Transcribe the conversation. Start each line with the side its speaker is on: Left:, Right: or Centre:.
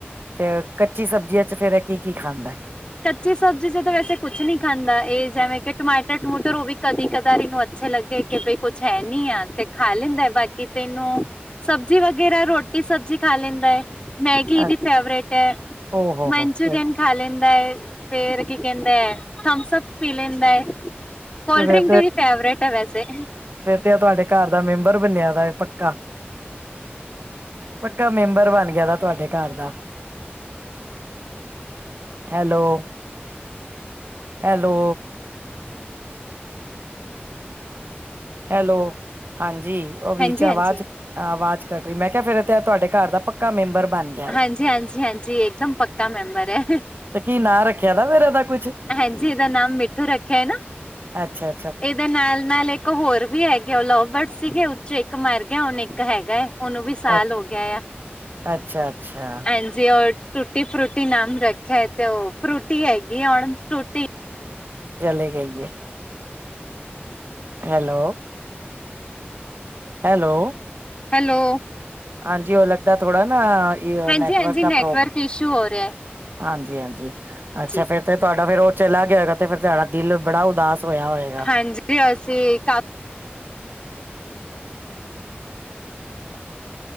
Right: ਫਿਰ ਕੱਚੀ ਸਬਜ਼ੀਆ'ਚ ਫੇਰ ਏ ਕੀ-ਕੀ ਖਾਂਦਾ।
Left: ਕੱਚੀ ਸਬਜ਼ੀ'ਚ ਤਾਂ ਵੈਸੇ ਕੁਛ ਨੀ ਖਾਂਦਾ ਇਹ, ਜਿਵੇਂ ਕਿ ਟਮਾਟਰ-ਟਮੂਟਰ ਉਹ ਵੀ ਕਦੀ ਕਦਾਰ ਹੀ ਅੱਛੇ ਲੱਗੇ ਕਿ ਬਈ ਕੁੱਛ ਹੈ ਨੀ ਆ ਤੇ ਖਾ ਲੈਂਦਾ, ਬਾਕੀ ਤੇ ਇਹਨੂੰ ਸਬਜ਼ੀ ਵਗੈਰਾ, ਰੋਟੀ ਸਬਜ਼ੀ ਖਾ ਲੈਂਦਾ ਏ। ਮੈਗੀ ਦੀ
Right: ਅ
Left: ਫੇਵਰੇਟ ਐ,
Right: ਓ ਹੋ
Left: ਮਨਚੂਰੀਅਨ
Right: ਹੋ ਫੇਰ
Left: ਖਾਲੇ ਦਾ ਏ, ਫੇਰ ਕੀ ਕਹਿੰਦੇ, ਥਮਸ ਅਪ ਪੀ ਲੇਂਦਾ ਏ। ਕੋਲਡ
Right: ਤੇ ਫੇਰ
Left: ਡਰਿੰਕ ਦੀ ਵੀ ਫੈਵਰੇਟ ਆ, ਵੈਸੇ।
Right: ਐਂ, ਤੁਹਾਡੇ ਘਰ ਦਾ ਮੈਂਬਰ ਬਨਿਆ ਦਾ ਏ ਪੱਕਾ। ਪੱਕਾ‌ ਮੈਂਬਰ ਬਣ ਗਿਆਦਾ, ਤੁਹਾਡੇ ਘਰ ਦਾ। Hello, hello. ਹੈਲੋ, ਹਾਂਜੀ, ਉਹ, ਵੀ
Left: ਹਾਂਜੀ
Right: ਚ
Left: ਹਾਂਜੀ।
Right: ਅਵਾਜ਼ ਆ ਆਵਾਜ਼ ਕਟ ਰਹੀ, ਮੈਂ ਕਿਹਾ ਫਿਰ ਤੇ ਤੁਹਾਡੇ ਘਰ ਦਾ ਪੱਕਾ ਮੈਂਬਰ ਬਨ ਗ
Left: ਹਾਂਜੀ, ਹਾਂਜੀ, ਹਾਂਜੀ ਇਕਦਮ ਪੱਕਾ ਮੈਂਬਰ ਐ।
Right: ਤੇ ਕੀ ਨਾਂ ਰੱਖਿਆ ਨਾ, ਫਿਰ ਇਹਦਾ ਕੁਛ?
Left: ਹਾਂਜੀ, ਇਹਦਾ ਨਾਮ ਮਿੱਠੂ ਰੱਖਿਆ ਏ ਨਾ?
Right: ਅੱਛਾ।
Left: ਇਹਦੇ ਨਾਲ-ਨਾਲ ਇੱਕ ਹੋਰ ਵੀ ਹੈਗੇ ਆ, ਉਹ ਲਵ ਬਰਡ ਸੀਗੇ, ਉ'ਚੋ ਇੱਕ ਮਰ ਗਿਆ, ਹੁਣ ਇੱਕ ਹੈਗਾ ਏ। ਉਹਨੂੰ ਵੀ ਸਾਲ
Right: ਐ,
Left: ਹੋਗਿਆ ਆ,
Right: ਅੱਛਾ-ਅੱਛਾ
Left: ਐਂ ਜੇ ਉਹ ਟੂਟੀ-ਫਰੂਟੀ ਨਾਮ ਰੱਖਿਆ ਏ, ਤੇ ਉਹ ਫਰੂਟੀ ਹੈਗੀ ਆ ਹੁਣ, ਟੂਟੀ
Right: ਚਲੇ ਗਈਏ। ਹੈਲੋ ਹੈਲੋ
Left: ਹੈਲੋ
Right: ਹਾਂਜੀ, ਓ ਲਗਦਾ ਥੋੜਾ ਨਾ, ਏ
Left: ਹਾਂਜੀ
Right: ਨੈਟਵਰਕ
Left: ਹਾਂਜੀ
Right: ਦਾ
Left: ਨੈਟਵਰਕ
Right: ਪ੍ਰੋਬ
Left: ਇਸ਼ੂ ਹੋ ਰਿਹਾ
Right: ਹਾਂਜੀ-ਹਾਂਜੀ, ਅੱਛਾ
Left: ਜੀ
Right: ਫੇਰ ਤੇ ਤੁਹਾਡ ਫੇਰ ਉਹ ਚਲਾ ਗਿਆ ਹੋਏਗਾ, ਤੇ ਫਿਰ ਤੁਹਾਡਾ ਦਿਲ ਬੜਾ ਉਦਾਸ ਹੋਇਆ ਹੋਇ
Left: ਹਾਂਜੀ, ਅਸੀਂ ਕਾਫ